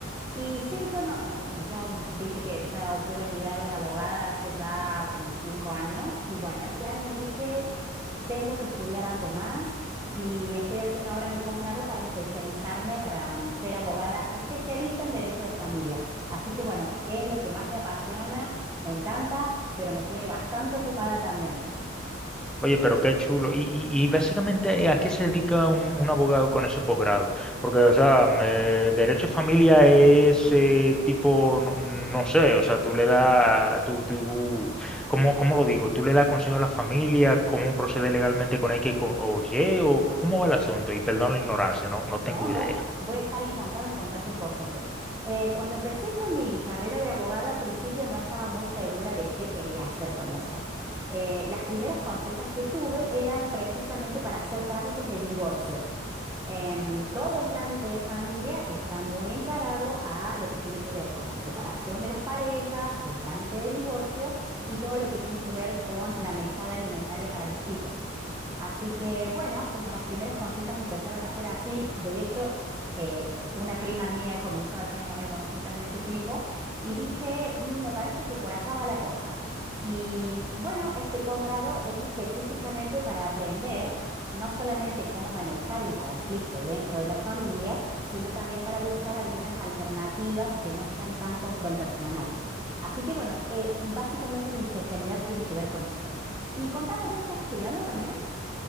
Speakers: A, on the right; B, in the centre.
A: Y sí, bueno, yo viste que ya obtuve mi grado en abogada hace ya como cinco años y bueno, este año dije, tengo que estudiar algo más y estoy haciendo ahora mi posgrado para especializarme, para mm, ser abogada especialista en derecho de familia. Así que bueno, es lo que más me apasiona, me encanta, pero me tiene bastante ocupada también.
B: Oye, pero qué chulo. Y, y, y básicamente, eh, ¿a qué se dedica un, un abogado con ese posgrado? Porque, o sea, eh, derecho de familia es eh, tipo, no, no sé, o sea, tú le das, tú, tú, ¿cómo, cómo lo digo? ¿Tú le das consejo a la familia? ¿Cómo procede legalmente con X co- o Y? ¿O cómo va el asunto? Y perdón la ignorancia, no, no
A: No,
B: tengo
A: no,
B: idea.
A: voy a estar encantada en contarte un poquito. Eh, cuando empecé con mi carrera de abogada, al principio no estaba muy segura de qué quería hacer con eso. Eh, las primeras consultas que tuve eran precisamente para hacer trámites de divorcio. Em, todo el trámite de familia está muy encarado a lo que tiene que ver con la separación de las parejas, el trámite de divorcio y todo lo que tiene que ver con la mesada alimentaria para los chicos. Así que bueno, como las primeras consultas empezaron a ser así, de hecho, eh, una prima mía comenzó haciéndome consultas de ese tipo y dije, "Mm, me parece que por acá va la cosa. Y bueno, este posgrado es específicamente para aprender no solamente cómo manejar el conflicto dentro de la familia, sino también para buscar algunas alternativas que no sean tan confrontacionales. Así que bueno, eh, básicamente mi especialidad tiene que ver con eso. Y contame, ¿vos estás estudiando también?